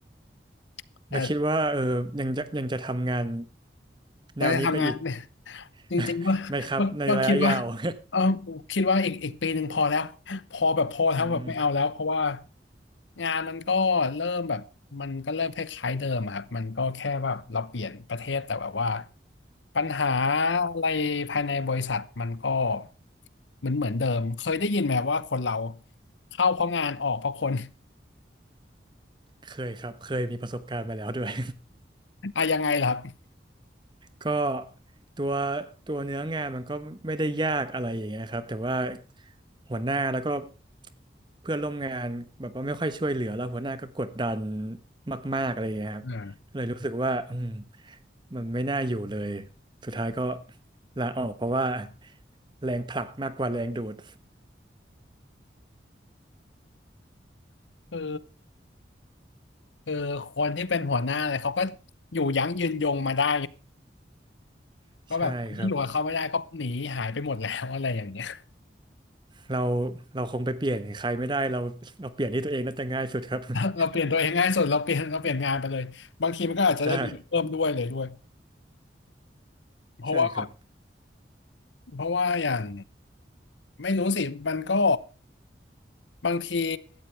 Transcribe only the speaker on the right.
แล้วคิดว่าเออยังจะยังจะทำงาน
แนวนี้ไปอีก <laughs>
ไหมครับในระยะยาว <laughs>
อืม
เคยครับเคยมีประสบการณ์มาแล้วด้วย
ก็ตัวตัวเนื้องานมันก็ไม่ได้ยากอะไรอย่างเงี้ยครับแต่ว่าหัวหน้าแล้วก็เพื่อนร่วมงานแบบว่าไม่ค่อยช่วยเหลือแล้วหัวหน้าก็กดดันมากๆอะไรอย่างเงี้ยครับก็เลยรู้สึกว่าอืม
มันไม่น่าอยู่เลยสุดท้ายก็ลาออกเพราะว่าแรงผลักมากกว่าแรงดูด
<laughs>
ใช่ครับ
เราเราคงไปเปลี่ยนใครไม่ได้เราเราเปลี่ยนที่ตัวเองน่าจะง่ายสุดครับ <laughs>
ใช่
ใช่ครับ